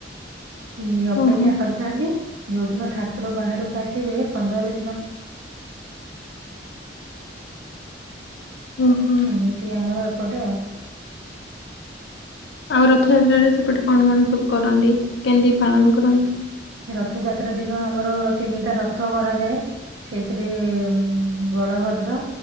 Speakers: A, on the right (about 80°); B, on the left (about 60°).
A: ଆ ଅପେକ୍ଷା
B: ଓହୋ।
A: କରିଥାନ୍ତି। ଯୋଉଦିନ ଠାକୁର ବାହାରକୁ ଆସିବେ ପନ୍ଦରେ
B: ଓହୋ
A: ଏମିତି ଆମର ଏପଟେ ଆଉ।
B: ଆଉ ରଥଯାତ୍ରାରେ ସେପଟେ କଣ କଣ ସବୁ କରନ୍ତି? କେମତି ପାଳନ କରନ୍ତି?
A: ରଥ ଯାତ୍ରା ଦିନ ଆମର ତିନିଟା ରଥ କରାଯାଏ। ସେଇଥିରେ ବଳଭଦ୍ର,